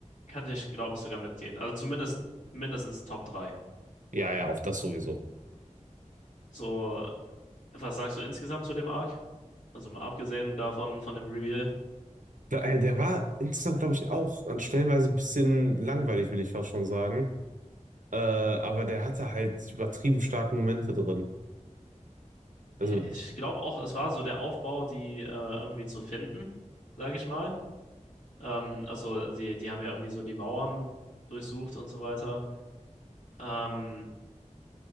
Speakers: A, on the left; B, on the right.
A: könnte ich, glaube ich, sogar mitgehen. Also zumindest mindestens Top 3.
B: Ja, ja, auf das sowieso.
A: So, was sagst du insgesamt zu dem Arc? Also mal abgesehen davon, von dem Reveal.
B: Da- äh, Der war insgesamt, glaube ich, auch an stellenweise ein bisschen langweilig, will ich fast schon sagen. Äh, aber der hatte halt übertrieben starke Momente drin. Also,
A: Ich glaube auch, es war so der Aufbau, die äh, irgendwie zu finden, sage ich mal. Ähm, also die, die haben ja irgendwie so die Mauern durchsucht und so weiter. Ähm,